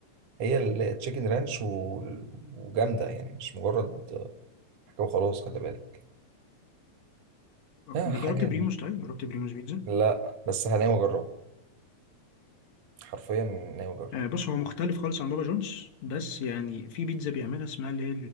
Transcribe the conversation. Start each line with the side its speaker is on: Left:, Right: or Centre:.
Right: هي التشيكن رانش و- وجامده يعني مش مجرد حاجه وخلاص خلي بالك اه
Left: انا
Right: حاجه
Left: جربت بريموس طيب جربت بريموس بيتزا
Right: لا بس هناوي اجربه حرفيا ناوي اجربه
Left: آه بص هو مختلف خالص عن بابا جونز بس يعني في بيتزا بيعملها اسمها اللي هي